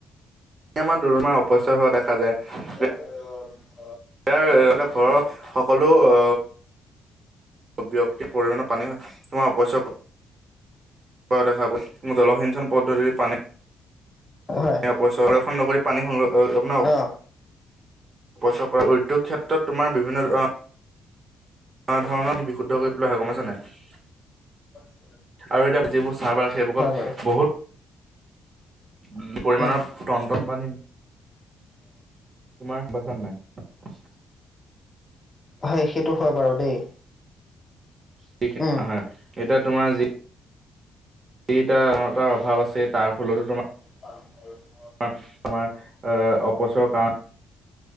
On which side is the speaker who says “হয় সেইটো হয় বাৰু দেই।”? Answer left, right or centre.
Left